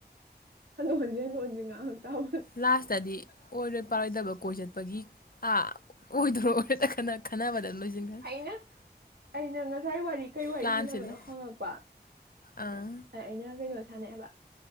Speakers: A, on the right (about 65°); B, on the left (about 55°).
A: ꯍꯅꯨ ꯍꯟꯁꯤꯦꯅꯨ ꯍꯟꯁꯤ ꯉꯍꯥꯛꯇꯥꯎ
B: ꯂꯥꯁꯇꯗꯤ ꯑꯣꯏꯔꯣꯏ ꯄꯥꯔꯣꯏꯗꯕ ꯀꯣꯏ ꯆꯠꯄꯒꯤ ꯑꯥ ꯑꯣꯏꯗꯣ ꯈꯟꯅꯕꯗ ꯂꯣꯏꯖꯤꯟꯈꯔꯅꯤ꯫
A: ꯑꯩꯅ ꯉꯁꯥꯏ ꯋꯥꯔꯤ ꯀꯩ ꯋꯥꯔꯤ
B: ꯄ꯭ꯂꯥꯟ
A: ꯁꯥꯟꯅꯕꯅꯣ
B: ꯁꯤꯜꯂ
A: ꯍꯪꯉꯛꯄ
B: ꯑꯥ
A: ꯑꯩꯅ ꯀꯩꯅꯣ ꯁꯥꯟꯅꯩ ꯍꯥꯏꯕ